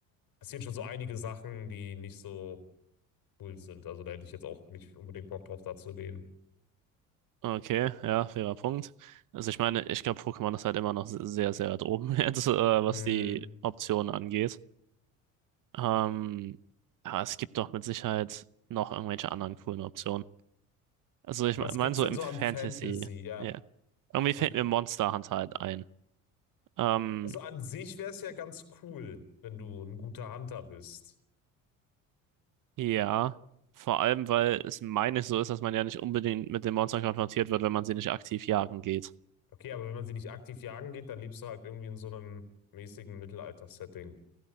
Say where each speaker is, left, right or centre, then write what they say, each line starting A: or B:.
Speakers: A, on the left; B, on the right.
A: passiert schon so einige Sachen, die nicht so cool sind. Also da hätte ich jetzt auch nicht unbedingt Bock drauf, da zu leben.
B: okay, ja, fairer Punkt. Also ich meine, ich glaube, Pokémon ist halt immer noch sehr, sehr weit oben <laughs> jetzt, äh, was
A: Mm,
B: die Optionen angeht. Ähm, aber es gibt doch mit Sicherheit noch irgendwelche anderen coolen Optionen. Also ich
A: Was
B: meine
A: gibt's
B: so
A: denn
B: im
A: so
B: Fantasy.
A: an Fantasy? Ja,
B: Ja. Irgendwie
A: was,
B: fällt mir Monster Hunter halt ein. Ähm,
A: also an sich wäre es ja ganz cool, wenn du ein guter Hunter bist.
B: ja, vor allem, weil es meine ich so ist, dass man ja nicht unbedingt mit den Monstern konfrontiert wird, wenn man sie nicht aktiv jagen geht.
A: Okay, aber wenn man sie nicht aktiv jagen geht, dann lebst du halt irgendwie in so einem mäßigen Mittelalter-Setting.